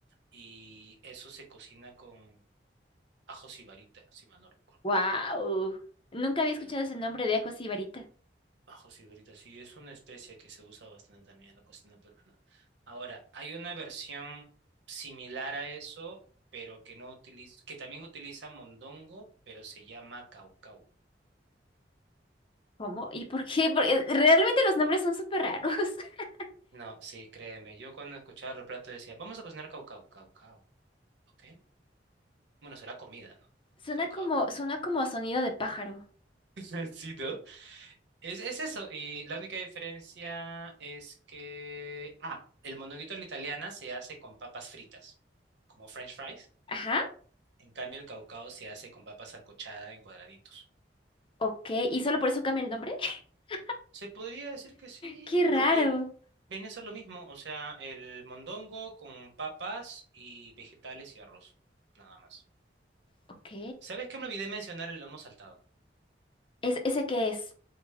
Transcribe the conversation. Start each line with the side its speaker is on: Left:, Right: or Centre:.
Right: y eso se cocina con ajo sibarita, si mal no recuerdo.
Left: Wow. Nunca había
Right: Sí.
Left: escuchado ese nombre de Ajo Sibarita.
Right: Ajo cigarrita, sí, es una especia que se usa bastante también en la cocina peruana. Ahora, hay una versión similar a eso, pero que no utiliza, que también utiliza mondongo, pero se llama caucau.
Left: ¿Cómo? ¿Y por qué? Porque realmente los nombres son súper raros. <laughs>
Right: No, sí, créeme, yo cuando escuchaba los platos decía, vamos a cocinar caucau, caucau, ¿ok? Bueno, será comida, ¿no?
Left: Suena
Right: Caucau.
Left: como, suena como sonido de pájaro.
Right: <laughs> Sí, ¿no? Es, es eso, y la única diferencia es que, ah, el mondonguito a la italiana se hace con papas fritas, como French fries
Left: Ajá.
Right: En cambio, el caucao se hace con papa sancochada en cuadraditos.
Left: Ok. ¿Y solo por eso cambia el nombre? <laughs>
Right: Se podría decir que sí,
Left: Qué raro.
Right: porque viene a ser lo mismo, o sea, el mondongo con papas y vegetales y arroz, nada más.
Left: Ok.
Right: ¿Sabes qué me olvidé mencionar el lomo saltado?
Left: ¿Es, ese qué es?